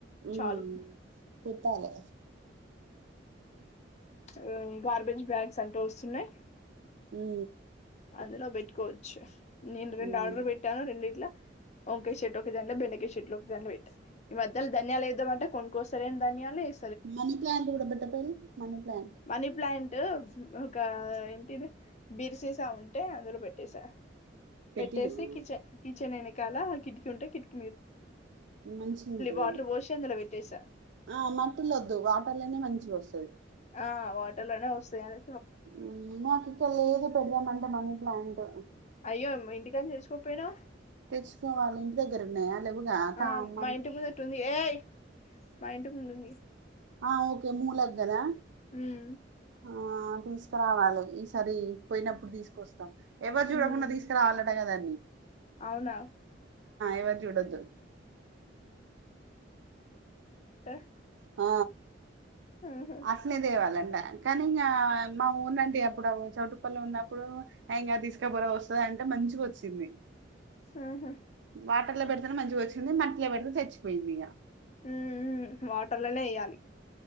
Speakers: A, on the right; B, on the left.
A: ఉ
B: చాలు
A: పెట్టాలే
B: అవ ఉ గార్బేజ్ బ్యాగ్స్ అన్ టోసునే
A: ఉ
B: అందులో బెట్టుకోవచ్చు నేను
A: హ్మ్.
B: రెండు ఆర్డర్ బెట్టాను రెండి ఇట్లా వంకాయ చెట్లు ఒకదాంట్ల బెండకాయ చెట్లు ఒకదాంట్ల వెట్ ఈ మధ్యల ధనియాలు ఏద్దాం అంటే కోనుకోస్తా లేను ధనియాలు ఎత్
A: మనీ ప్లాంట్ గుడా బెట్టాపేలు మనీ ప్లాంట్
B: మనీ ప్లాంట్ ఒక ఏంటిది బిర్సేస్ తా ఉంటే అందులో బెట్టేసా
A: పెట్టినవా?
B: పెట్టేసి కిచెన్ కిచెన్ వెనకాల కిటికి ను ఉంటే కిటిక్
A: మంచిగా ఉంటంది
B: వాటర్
A: అని
B: పోసి అందులో పెట్టేసా
A: ఆ మట్టిల వద్దు వాటర్లోనే మంచిగా వస్తది
B: ఆ వాటర్ లో నే వస్తాయి అని
A: ఉ మాకు ఇక్కడ లేదు పెడుదాం అంటే మనీ ప్లాంట్ తానా
B: అయ్యో ఇంటికని నుంచి తెచ్చుకోపోయినావు
A: తెచ్చుకోవాలి దగ్గరున్నయా లేవుగా తామన్
B: ఆ మా ఇంటి ముందట ఉంది ఏయ్ మా ఇంటి ముందుంది
A: ఆ ఓకే మూలక్ గదా
B: మ్మ్
A: ఆ తీసకరావాలి ఇస్ సరి పోయినప్పుడు దీస్ కొస్తా ఎవరు చూడకుండా
B: ఉమ్,
A: తీసుకురావాలట కదా
B: అవునా
A: ఎవరు చూడొద్దు
B: <unintelligible>
A: ఆ
B: ఉహు
A: అసలే దేవాలండే కానీ ఇంగా మా ఊనండి అప్పుడు చౌటుప్పల్ లో ఉన్నప్ పుడు హ ఇంగా తీసుకపోరా వస్తుది అంటే మంచిగ వొచ్చింది
B: ఉహు
A: వాటర్ల పెడ్త్ తనే మంచిగా వచ్చింది మట్లో పెడితే తెచ్చిపోయిందిగ
B: ఉ ఊ వాటర్లోనే ఎయ్యాలి